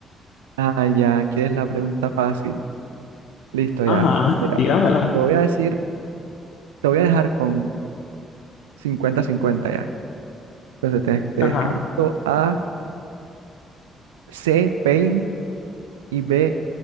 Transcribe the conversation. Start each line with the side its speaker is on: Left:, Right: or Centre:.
Right: Ah, ya, ¿quieres la pregunta fácil? Listo,
Left: Ajá,
Right: ya. Mira,
Left: tíramela.
Right: te voy a decir, te voy a dejar con cincuenta cincuenta ya. Entonces te, te
Left: Ajá.
Right: descarto A, C, Pain y B,